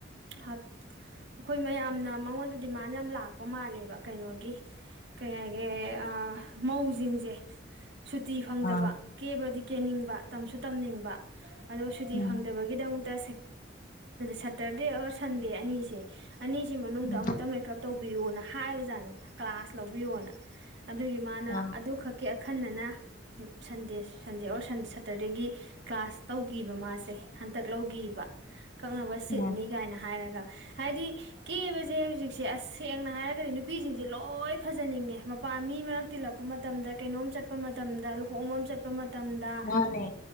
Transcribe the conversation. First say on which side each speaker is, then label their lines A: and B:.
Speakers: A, on the right; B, on the left.
A: ꯑꯩꯈꯣꯏ ꯃꯌꯥꯝꯅ ꯃꯉꯣꯟꯗ ꯗꯤꯃꯥꯟ ꯌꯥꯝ ꯂꯥꯛꯄ ꯃꯥꯜꯂꯦꯕ ꯀꯩꯅꯣꯒꯤ ꯀꯩ ꯍꯥꯏꯒꯦ ꯃꯧꯁꯤꯡꯁꯦ ꯁꯨꯇꯤ ꯐꯪꯗꯕ
B: ꯑꯥ
A: ꯀꯦꯕꯗꯤ ꯀꯦꯅꯤꯡꯕ ꯇꯝꯁꯨ ꯇꯝꯅꯤꯡꯕ ꯑꯗꯣ ꯁꯨꯇꯤ
B: ꯎꯝ
A: ꯐꯪꯗꯕꯒꯤꯗꯃꯛꯇ ꯁꯦꯇꯔꯗꯦ ꯑꯣꯔ ꯁꯟꯗꯦ ꯑꯅꯤꯁꯦ ꯑꯅꯤꯁꯤ ꯃꯅꯨꯡꯗ
B: ꯎꯝ
A: ꯑꯃꯨꯛꯇ ꯃꯦꯀꯞ ꯇꯧꯕꯤꯌꯨꯅ ꯍꯥꯏꯕꯖꯥꯠꯅꯤ ꯀ꯭ꯂꯥꯁ ꯀꯅ ꯑꯗꯨꯒꯤ ꯃꯥꯅ
B: ꯑꯥ
A: ꯑꯗꯨ ꯈꯛꯀꯤ ꯑꯈꯟꯅꯅ ꯁꯟꯗꯦ ꯁꯟꯗꯦ ꯑꯣꯔ ꯁꯇꯔꯗꯦꯒꯤ ꯀ꯭ꯂꯥꯁ ꯇꯧꯈꯤꯕ ꯃꯥꯁꯦ ꯍꯟꯇꯛ ꯂꯧꯈꯤꯕ ꯀꯛꯅꯕ ꯁꯤꯠꯅꯤ
B: ꯎꯝ
A: ꯀꯥꯏꯅ ꯍꯥꯏꯔꯒ ꯍꯥꯏꯗꯤ ꯀꯦꯕꯁꯦ ꯍꯧꯖꯤꯛꯁꯦꯁꯦꯡꯅ ꯍꯥꯏꯔꯒꯗꯤ ꯅꯨꯄꯤꯁꯤꯡꯁꯦ ꯂꯣꯏ ꯐꯖꯅꯤꯡꯉꯦ ꯃꯄꯥꯟ ꯃꯤ ꯃꯔꯛ ꯇꯤꯜꯂꯛꯄ ꯃꯇꯝꯗ ꯀꯩꯅꯣꯝ ꯆꯠꯄ ꯃꯇꯝꯗ ꯂꯨꯍꯣꯡꯕ ꯑꯃ ꯆꯠꯄ ꯃꯇꯝꯗ
B: ꯃꯥꯅꯦ